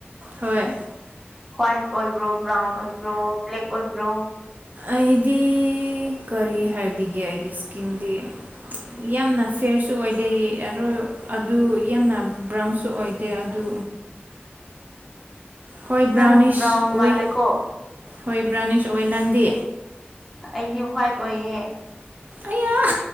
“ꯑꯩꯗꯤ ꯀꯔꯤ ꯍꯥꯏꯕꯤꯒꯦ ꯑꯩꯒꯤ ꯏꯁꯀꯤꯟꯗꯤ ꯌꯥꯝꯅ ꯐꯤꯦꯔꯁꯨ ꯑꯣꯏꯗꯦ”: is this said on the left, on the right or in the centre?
Right